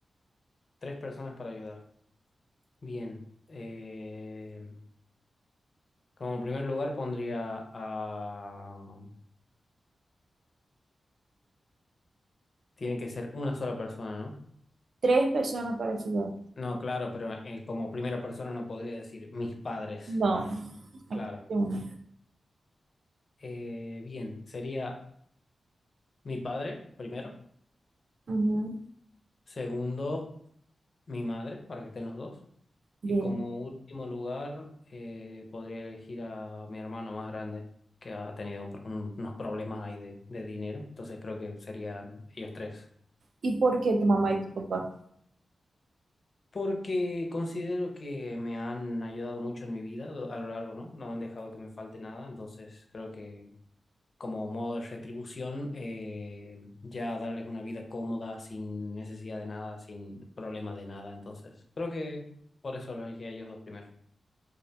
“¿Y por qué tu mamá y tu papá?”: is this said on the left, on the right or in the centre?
Right